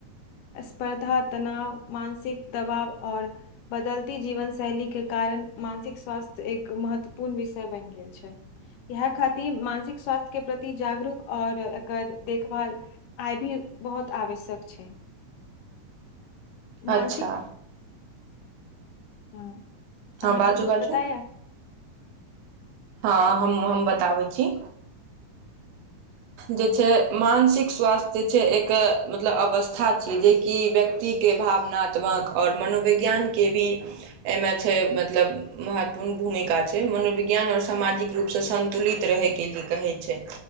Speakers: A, on the left (about 85°); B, on the right (about 75°).
A: स्पर्धा तनाव मानसिक दबाव आओर बदलती जीवन शैली के कारण मानसिक स्वास्थ्य एक म्य महत्वपूर्ण विषय बनि गेल छै इहे खातिर मानसिक स्वास्थ्य के प्रति जागरूक आओर एकर देखभाल आइ भी बहुत आवश्यक छै
B: अच्छा
A: मानसिक हँ अहाँके
B: हँ बाजू
A: कुछ
B: बाजू
A: पता या?
B: हँ हम हम बताबै छी जे छै मानसिक स्वास्थ्य जे छै एक मतलब अवस्था छिये जेकि व्यक्ति के भावनात्मक ओर मनोविज्ञान के भी एना छै मतलब महत्वपूर्ण भूमिका छै मनोवि्ञान और सामाजिक रूप से संतुलित रहे के लि कहै छै